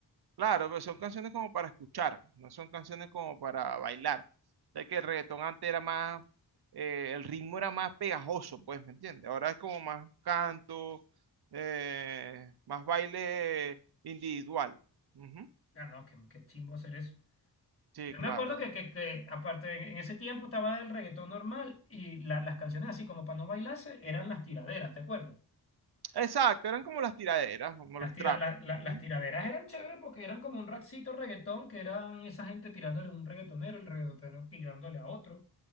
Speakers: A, on the right (about 70°); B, on the left (about 35°).
A: Claro, pero son canciones como para escuchar, no son canciones como para bailar. Sé que el reggaetón antes era más, eh, el ritmo era más pegajoso, pues, ¿me entiendes? Ahora es como más canto, eh, más baile individual. Ujú.
B: Ah, no, qué, qué chimbo hacer eso.
A: Sí,
B: Yo me
A: claro.
B: acuerdo que, que, que aparte, en, en ese tiempo estaba el reggaetón normal y la- las canciones así como para no bailarse eran las tiraderas, ¿te acuerdas?
A: Exacto, eran como las tiraderas, como
B: Las,
A: los
B: tira,
A: trap.
B: la- la-
A: Ujú.
B: las tiraderas eran chéveres porque eran como un raxito reggaetón, que eran esa gente tirándole a un reggaetonero, el reggaetonero tirándole a otro.